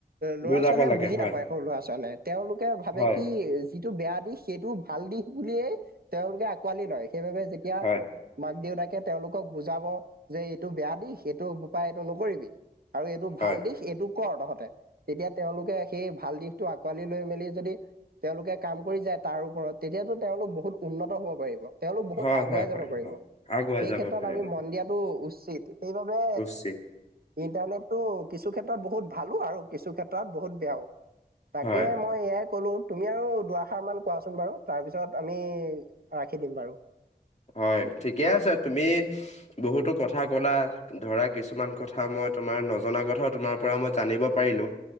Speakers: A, on the right; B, on the left.
A: ল'ৰা-ছোৱালীয়ে
B: বুজাব লাগে
A: বুজি
B: হয়
A: নাপায় সৰু ল'ৰা-ছোৱালীয়ে, তেওঁলোকে ভাবে
B: হয়
A: কি যিটো বেয়া দিশ, সেইটো ভাল দিশ বুলিয়েই তেওঁলোকে আঁকোৱালি লয়, সেইবাবে যেতিয়া
B: হয়
A: মাক-দেউতাকে তেওঁলোকক বুজাব যে এইটো বেয়া দিশ, সেইটো বোপাই এইটো নকৰিবি। আৰু এইটো ভাল
B: হয়,
A: দিশ এইটো কৰ তহঁতে, তেতিয়া তেওঁলোকে সেই ভাল দিশটো আঁকোৱালি লৈ মেলি যদি তেওঁলোকে কাম কৰি যায় তাৰ ওপৰত, তেতিয়াতো তেওঁলোকে বহুত উন্নত হ'ব পাৰিব। তেওঁলোক বহুত
B: হয়,
A: আগুৱাই
B: হয়
A: যাব পাৰিব,
B: আগুৱাই
A: সেই
B: যাব
A: ক্ষেত্ৰত
B: পাৰিব
A: আমি মন দিয়াত টো উচিত। সেইবাবে
B: উচিত
A: ইণ্টাৰনেটটো কিছু ক্ষেত্ৰত বহুত ভালো আৰু কিছু ক্ষেত্ৰত বহুত বেয়াও। তাকে
B: হয়,
A: মই এয়াই ক'লো। তুমি আৰু দুআষাৰমান কোৱা চোন বাৰু তাৰপিছত আমি ৰাখি দিম বাৰু।
B: হয়। ঠিকে আছে, তুমি বহুতো কথা ক'লা। ধৰা কিছুমান কথা মই তোমাৰ নজনা কথাও তোমাৰ পৰা মই জানিব পাৰিলোঁ।